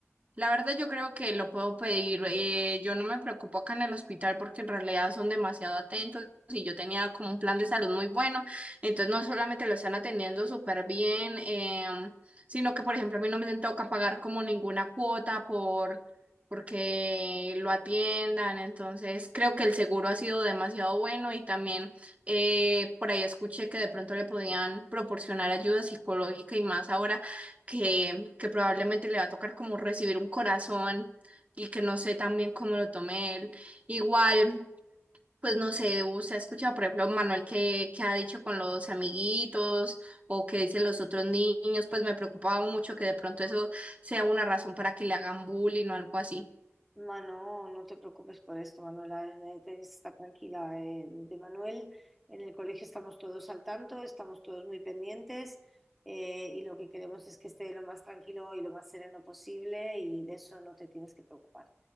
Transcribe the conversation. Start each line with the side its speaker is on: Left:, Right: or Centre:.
Right: La verdad yo creo que lo puedo pedir. eh, yo no me preocupo acá en el hospital porque en realidad son demasiado atentos y yo tenía como un plan de salud muy bueno. Entonces no solamente lo están atendiendo súper bien, em, sino que por ejemplo a mí no me toca pagar como ninguna cuota por porque lo atiendan. Entonces creo que el seguro ha sido demasiado bueno y también eh, por ahí escuché que de pronto le podían proporcionar ayuda psicológica y más ahora que, que probablemente le va a tocar como recibir un corazón y que no sé también cómo lo tome él. Igual, pues no sé, usted ha escuchado, por ejemplo, Manuel que, que ha dicho con los amiguitos o que dicen los otros niños, pues me preocupaba mucho que de pronto eso sea una razón para que le hagan bullying o algo así.
Centre: Mano, no te preocupes por esto, Manuela, eh, tienes que estar tranquila. eh, De Manuel, en el colegio estamos todos al tanto, estamos todos muy pendientes eh, y lo que queremos es que esté lo más tranquilo y lo más sereno posible y de eso no te tienes que preocupar.